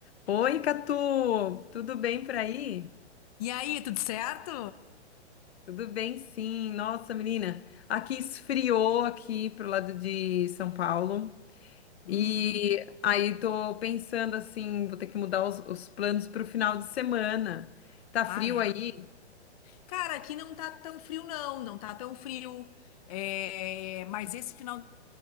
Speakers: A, on the left; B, on the left.
A: Oi, Catu! Tudo bem por aí?
B: E aí, tudo certo?
A: Tudo bem, sim. Nossa, menina, aqui esfriou aqui pro lado de São Paulo.
B: Hum,
A: E aí tô pensando assim, vou ter que mudar os, os planos pro final de semana. Tá frio
B: ah, é.
A: aí?
B: Cara, aqui não tá tão frio, não, não tá tão frio. É, mas esse final de